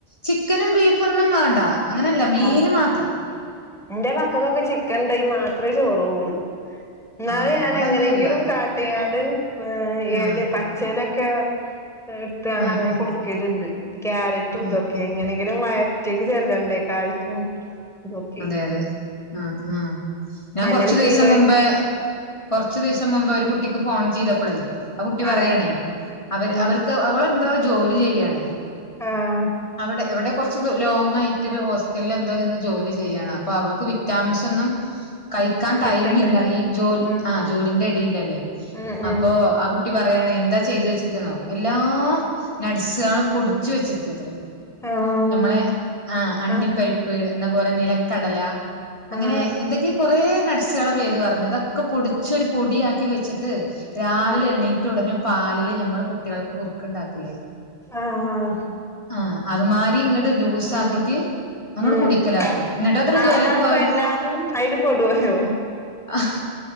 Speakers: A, on the left (about 30°); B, in the centre.
A: ചിക്കനും ബീഫും ഒന്നും വേണ്ട അങ്ങനെയല്ല മീന്
B: ആഹ്
A: മാത്രം-
B: എന്റെ മക്കക്കൊക്കെ ചിക്കൻ ഒണ്ടേ മാത്രേ ചോറ്പോള്ളു- ഇന്നാളി
A: ആഹ്
B: ഞാൻ
A: ഇവിടെ
B: എങ്ങനെങ്കിലും
A: അങ്ങനെയല്ല
B: കാട്ടിയാണ്ട് ഏ
A: ആഹ്
B: ഏല പച്ചേലെ കേ എടുത്താണങ്ങനെ
A: ആഹ് ആഹ്
B: കൊടുക്കലുണ്ട് ക്യാരറ്റും ഇതൊക്കെ
A: ആഹ്
B: എങ്ങനെങ്കിലും വയർ ഒറ്റയ്ക്ക് ചെല്ലണ്ടേ കാൽസ്യം ഇതൊക്കെ
A: അതെ അതെ ആ ആ ഞാൻ
B: അങ്ങനെ
A: കൊറച്ചു ദിവസം
B: ശീലായി
A: മുമ്പേ കുറച്ചു ദിവസം മുമ്പേ ഒരു കുട്ടിക്ക് ഫോൺ ചെയ്തപ്പളേ ആ കുട്ടി പറയാണേ
B: ആഹ്
A: അവരെ
B: ഉം
A: അവർക്ക് അവളെന്തോ ജോലി ചെയ്യാണെ
B: ആഹ്
A: അവിടെ എവിടെ കുറച്ച് ലോങ് ആയിട്ടൊരു ഹോസ്റ്റലിൽ എന്തോ ചെന്ന് ജോലി ചെയ്യാണ് അപ്പൊ അവൾക്ക് വിറ്റാമിൻസ് ഒന്നും കഴിക്കാൻ
B: കിട്ടുന്നുണ്ട്
A: ടൈമില്ല ഈ ജോലി
B: ആഹ്
A: ആ ജോലിന്റിടയിൽ ഇല്ലല്ലെ
B: ഉം
A: അപ്പൊ
B: ഉം
A: ആ കുട്ടി പറ പറയാണ് എന്താ ചെയ്തു വെച്ചിരിക്കുന്നോ എല്ലാ നട്സുകളും പൊടിച്ചു വെച്ചിരിക്കത്രേ
B: ആഹ്
A: നമ്മളെ ആ അണ്ടിപ്പരിപ്പ്
B: ആഹ്
A: എന്നപോലെ നിലക്കടല അങ്ങനെ
B: ആഹ്
A: എന്തൊക്കെയൊ കൊറേ നട് ട്സുകളുടെ പേര് പറഞ്ഞതെ ഒ ക്കെ പൊടിച്ചൊരു പൊടിയാക്കി വെച്ചിട്ട് രാവിലെ
B: ഉം
A: എണീറ്റുടനെ പാലില് ഞമ്മള് കുട്ടികൾക്ക് കുറുക്കുണ്ടാക്കില്ലേ
B: ആ ആ
A: ആ അതുമായിരി ഇങ്ങട്ടെ ജൂസാക്കീട്ടെനമ്മളെ
B: ആഹ് ഉം
A: കുടിക്കലാത്രേ എന്നിട്ട് അത്ര
B: ആ
A: ജോലിക്ക്
B: അതാവുമ്പോ
A: പോവലെ
B: എല്ലാതും അയില് പെടുവല്ലോ
A: ആ